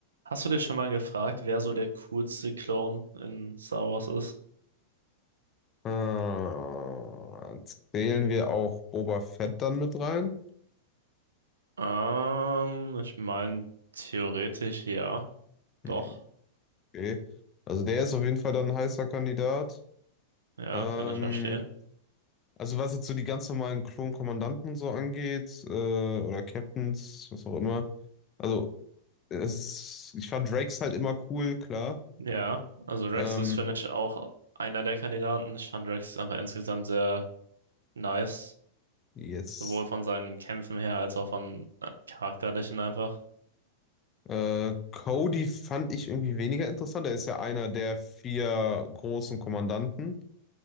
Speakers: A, on the right; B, on the left.
A: Hast du dich schon mal gefragt, wer so der coolste Clone in Star Wars ist?
B: Äh, zählen wir auch Boba Fett dann mit rein?
A: Ähm, ich meine, theoretisch ja,
B: Hm,
A: doch.
B: okay. Also der ist auf jeden Fall dann ein heißer Kandidat.
A: Ja,
B: Ähm,
A: kann ich verstehen.
B: also was jetzt so die ganz normalen Klonkommandanten und so angeht, äh, oder Captains, was auch immer. Also es ist, ich fand Drakes halt immer cool, klar.
A: Ja, also Rex
B: Ähm,
A: ist, finde ich, auch einer der Kandidaten. Ich fand Rex einfach insgesamt sehr nice,
B: yes.
A: sowohl von seinen Kämpfen her als auch von äh, charakterlichen einfach.
B: Äh, Cody fand ich irgendwie weniger interessant. Er ist ja einer der vier großen Kommandanten.